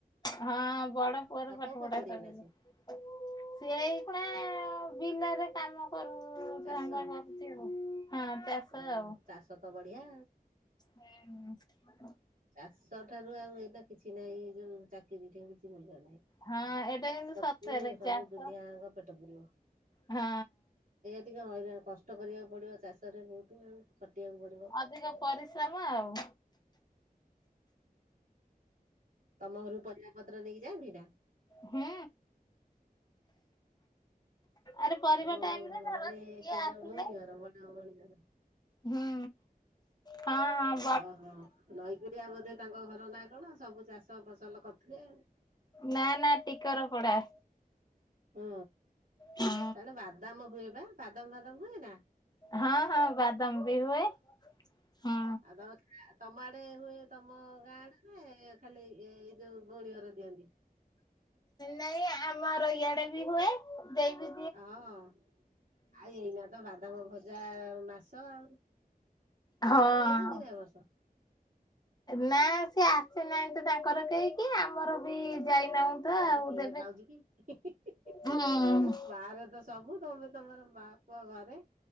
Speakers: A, on the left; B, on the right.
A: ହଁ ବଡ ପୁଅର
B: ଆଉ
A: ପାଠ
B: କଣ କରୁଛନ୍ତି
A: ପଢା ସରିଗଲାଣି।
B: ଏଇନା ସେ
A: ସିଏ ଏଇ ଖୁଣା ବିଲରେ କାମ କରରୁ
B: ଚାଷ
A: ଧନ୍ଦା କରୁଛି। ଆଉ ହଁ ଚାଷ
B: ଅ
A: ଆଉ।
B: ଚାଷ ତ ବଢ଼ିଆ।
A: ହେଁଉଁ ପାଠ।
B: ଚାଷ ଠାରୁ ଆଉ ଏଇନା କିଛି ନାହିଁ ଏ ଯୋଉ ଚାକିରି ଠେଇ କିଛି ମୂଲ୍ୟ ନାହିଁ।
A: ହଁ ଏଇଟା କିନ୍ତୁ
B: ସବୁ
A: ସତରେ
B: ସବୁ
A: ଚାଷ
B: ଦୁନିଆଙ୍କ ପେଟ ପେଡିବ।
A: ହଁ।
B: ଟିକେ ହଇରାଣ କଷ୍ଟ କରିବାକୁ ପଡିବ ଚାଷରେ ବହୁତ ଖଟିବାକୁ ପଡିବ।
A: ଅଧିକ ପରିଶ୍ରମ ଆଉ।
B: ତମ ଘରୁକୁ ପରିବା ପତ୍ର ନେଇକି ଯାଆନ୍ତି ନା।
A: ହୁଁ। ଆରେ ପରିବା
B: ତମ
A: ଟାଇମ ରେ ଧର
B: ଏ
A: କିଏ
B: ସେ
A: ଆସିଲେ?
B: ଯୋଉ ଭଉଣୀ ଘର ବଡ ଭଉଣୀ ଘର।
A: ହୁଁ କଣ?
B: ଓହୋ ନଈକିରିଆ ବୋଧେ ତାଙ୍କ ଘର ନା କଣ ସବୁ ଚାଷ ଫସଲ କରୁଥିବେ ଆଉ।
A: ନା ନା ଟିକର ପଡା।
B: ହୁଁ
A: ହଁ
B: ସାଡେ ବାଦାମ ହୁଏ ବା ବାଦାମ ଫାଦମ ହୁଏନା?
A: ହଁ ହଁ ବାଦାମ ବି ହୁଏ ହଁ।
B: ଆଉ ତମ ତମ ଆଡେ ହୁଏ ତମ ଗାଁ ଆଡେରେ ଖାଲି ଏ ଏଇ ଯୋଉ ଭଉଣୀ ଘର ଦିଅନ୍ତି?
A: ନାଇଁ ଆମର ଇଆଡେ ବି ହୁଏ। ଦେଇବି
B: ହଁ ଆଉ ଏଇନା ତ ବାଦାମ ଭଜା ମାସ ଆଉ। ବାଦାମ
A: ହଁ।
B: ଦେଇଛନ୍ତି ନା ଏ ବର୍ଷ?
A: ନା ସେ ଆସେ ନାହିଁ ତ ତାଙ୍କର କେହିକି ଆମର ବି ଯାଇନାହୁଁ। ତ
B: ତମର
A: ଆଉ
B: କିଏ
A: ଦେବେ
B: ଖାଉଛି କି?
A: ହୁଁ
B: ବାହାରେ ତ ସବୁ ତମେ ତମର ମା ପୁଅ ଘରେ।